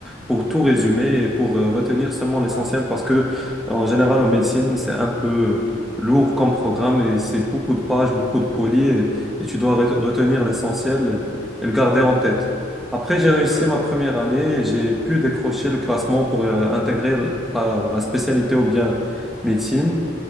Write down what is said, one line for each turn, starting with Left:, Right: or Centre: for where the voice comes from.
Centre: pour tout résumer et pour euh, retenir seulement l'essentiel
Left: Ouais,
Centre: parce que, en général, en médecine, c'est un peu lourd comme programme et c'est beaucoup de pages, beaucoup de polis et, et tu dois re- retenir l'essentiel et le garder
Left: ouais,
Centre: en tête. Après, j'ai réussi
Left: ouais.
Centre: ma première année et j'ai pu décrocher le classement pour euh, intégrer la, la spécialité ou bien médecine.